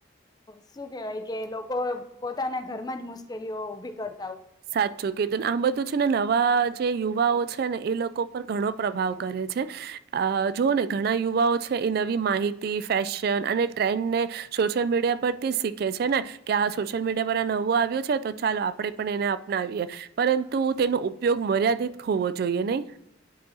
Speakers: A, on the left; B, on the right.
A: શું કહેવાય કે. લોકો પોતાના ઘરમાં જ મુશ્કેલીઓ ઉભી કર
B: સાચું કીધુંને આમ બધું છે ને નવા જે યુવાઓ છે ને એ લોકો પર ઘણો પ્રભાવ કરે છે જુઓ ને ઘણા યુવાઓ છે એ નવી માહિ તી ફેશન અને ટ્રેન્ડ ને સોશિયલ મીડિયા પરથી શીખે છે ને કે આ સોશિયલ મીડિયા પર વું આવ્યું છે તો ચાલો આપડે પણ એને અપનાવીએ પરંતુ તેનો ઉપયોગ મર્યાદિત હોવો જોઈએ નહી.